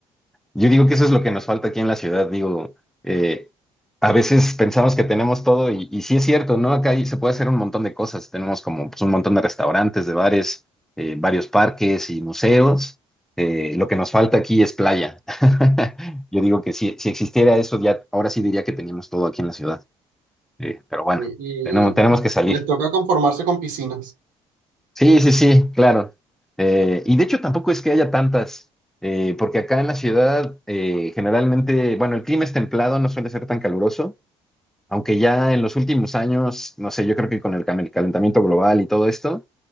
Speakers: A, in the centre; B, on the right.
A: Yo digo que eso es lo que nos falta aquí en la ciudad, digo, eh, a veces pensamos que tenemos todo y, y sí es cierto, ¿no? Acá hay- se puede hacer un montón de cosas, tenemos como pues, un montón de restaurantes, de bares, eh, varios parques y museos, Eh, lo que nos falta aquí es playa. <laughs> Yo digo que si, si existiera eso, ya ahora sí diría que teníamos todo aquí en la ciudad, Eh, pero bueno,
B: y,
A: tenemos, tenemos
B: y
A: que salir.
B: les toca conformarse con piscinas.
A: Sí, sí, sí, claro. Eh, y de hecho tampoco es que haya tantas, eh, porque acá en la ciudad eh, generalmente, bueno, el clima es templado, no suele ser tan caluroso, aunque ya en los últimos años, no sé, yo creo que con el cam- el calentamiento global y todo esto,